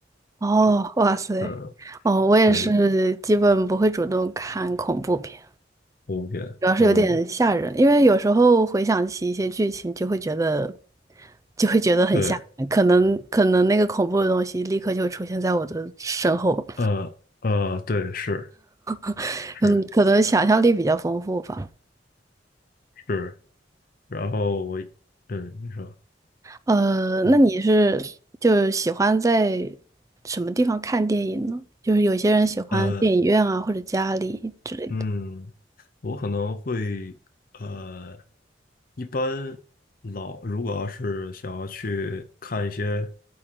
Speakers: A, on the right; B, on the left.
A: 哦，
B: 对，
A: 哇塞，
B: 嗯，
A: 哦，我也是基本不会主动看恐怖片，
B: 对对，恐怖片，
A: 主要是有点吓人，
B: 嗯，
A: 因为有时候回想起一些剧情，就会觉得就会觉得很吓人，
B: 对。
A: 可能可能那个恐怖的东西立刻就出现在我的身后，
B: 呃呃，对，是
A: <laughs>
B: 是
A: 嗯，可能想象力比较丰富吧。
B: 是，然后我，嗯，你说，
A: 呃，
B: 嗯
A: 那你是就喜欢在什么地方看电影呢？就是有些人喜欢电影院啊，
B: 呃
A: 或者家里之类的。
B: 嗯，我可能会呃，一般老如果要是想要去看一些